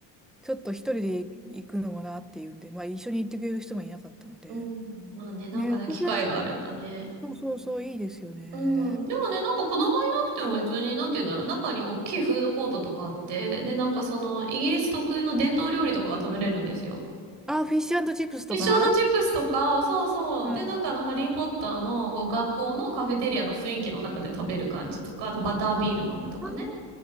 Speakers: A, in the centre; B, on the right.
A: ちょっと一人で行くのもなっていうんで、まあ一緒に行ってくれる人もいなかったので。
B: うん。まあね、なんかね、
A: ね、お子さん、
B: 機会があればね。
A: そうそうそう、いいですよね。
B: うん。でもね、なんか子供いなくても別に、なんて言うんだろう、中に大きいフードコートとかあって、で、なんかその、イギリス特有の伝統料理とかが食べれるんですよ。
A: あ、フィッシュチップスとか
B: フィッシュチップスとか、そうそう。
A: うん。
B: で、なんかあの、ハリーポッターのこう学校のカフェテリアの雰囲気の中で食べる感じとか、あのバタービール飲むとかね。
A: あ
B: な